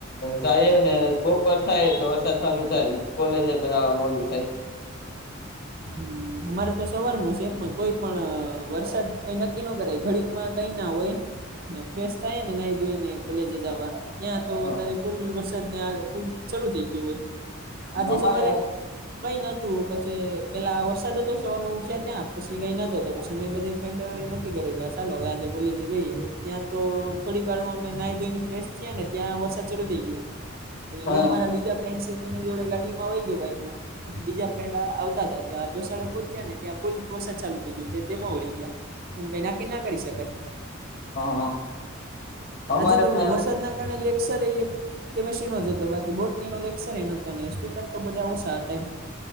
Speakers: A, on the left (about 50°); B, on the right (about 45°).
A: જાયો ને બપોર થાય એટલે વરસાદ ચાલુ થાય કોલેજ જવા મોલું થાય.
B: હમ્મ, અમારે તો સવાર ની શે પણ તોય પણ વરસાદ કઈ નક્કી ન કરે ઘડી માં કઈ ના હોય ને ફ્રેશ થાય ને નાઈ ધોઈને કોલેજે જવા ત્યાં તો
A: હા
B: ત્યારે ફૂલ વરસાદ ને આ ફૂલ શરૂુ થઇ ગયું ભાઈ. આજે
A: અમારે
B: સવારે
A: હા
B: કઈ નતું પછી પેલા વરસાદ હતો સવાર માં ઉઠ્યા ત્યાં પશી કઈ નતો પછી મેં બધી ફ્રેન્ડો એ નક્કી કર્યું. ચાલો હવે આજે કોલેજે જઈએ ત્યાં તો થોડીક વાર માં અમે નાહ ધોઈને ફેશ થયા ને ત્યાં વરસાદ ચાલુ થઈ ગયો. પછી
A: હા
B: હું મારા બીજા ફ્રેન્ડ શે જેની જોડે ગાડીમાંઈ ગયો બાઈકમાં પછી બીજા ફ્રેન્ડ આવતા તા. ત્યાં દોશળે પોહોંચ્યા ને ત્યાં ફુલ વરસાદ ચાલુ થઈ ગયો તે પણ વળી ગયા. એમ કઈ ના કે ના કરી શકાય.
A: હા અમારે
B: આજે તો
A: પણ
B: વરસાદના કારણે લેકસર એ કે પછી નો જ હતો બાકી બોટની નો લેક્સર એ નોતો ને સ્ટુડન્ટ બધા ઓછા હતા એમ.